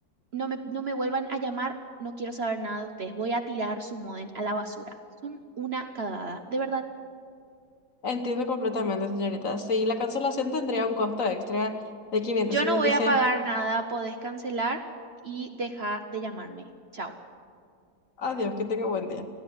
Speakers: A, on the right; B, on the left.
A: no me, no me vuelvan a llamar, no quiero saber nada de ustedes. Voy a tirar su modem a la basura. Son una cagada, de verdad.
B: Entiendo completamente, señorita. Sí, la cancelación tendría un costo extra de 556.
A: Yo no voy a pagar nada, podés cancelar y deja de llamarme. Chao.
B: Adiós, que tenga buen día.